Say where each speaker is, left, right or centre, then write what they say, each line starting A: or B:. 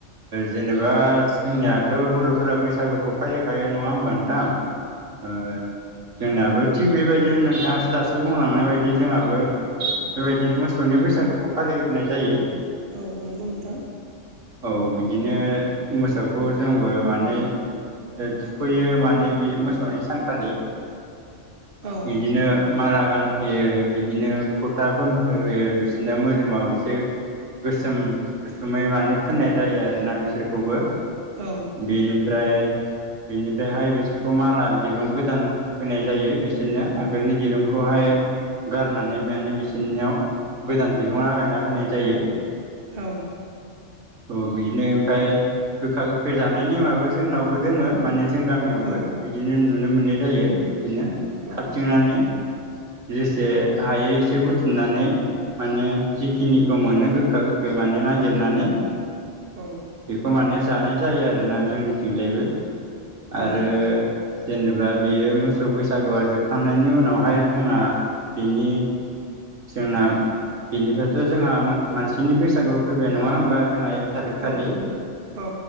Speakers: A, on the right (about 80°); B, on the right (about 50°).
A: जेनेबा जोंनियाथ' बर'फोरा बैसागुखौ फालिखायो नङा होमबा नोंथां ओ जोंनियाबो थिग बेबायदिनो नोंथाङासो दासो बुंलांनाय बायदि जोंहाबो बेबायदिनो मोसौनि बैसागुखौ फालिग्रोनाय जायो।
B: औ नंगौ नोंथां।
A: औ बिदिनो मोसौखौ जोंबो माने थुखैयो माने बे मोसौनि सानखालि
B: औ नंगौ नोंथां औ
A: बिदिनो माला गानहोयो बिदिनो फथा फोनहोयो बिसोरना मोदोमाव एसे गोसोम दुसुमै माने फोननाय जायो आरोना बिसोरखौबो।
B: औ।
A: बेनिफ्राय बेनिफ्रायहाय बिसोरखौ माला दिरुं गोदान होनाय जायो बिसोरनो आगोलनि दिरुंखौहाय गारनानै माने बिसोरनियाव गोदान दिरुं लागायना होनाय जायो।
B: औ।
A: अ बिदिनो ओमफ्राय गोखा गोखै जानाय नेमाबो जोंनावबो दोङो माने जों गामियावबो
B: औ
A: बिदिनो नुनो मोननाय जायो बिदिनो
B: औ
A: खाबथिंनानै। जेसे हायो एसे बुथुमनानै माने जिखिनिखौ मोनो गोखा गोखै माने नागिरनानै
B: औ
A: बेखौ माने जानाय जायो आरोना जोंनिथिंजायबो
B: नंगौ
A: आरो जेनेबा बियो मोसौ बैसागुआ जोबखांनायनि उनावहाय जोंहा बिनि जोंना बिनिफ्रायथ' जोंहा मानसिनि बैसागु फैबाय नङा होमबा। जोंहा एक थारिक खालि
B: औ औ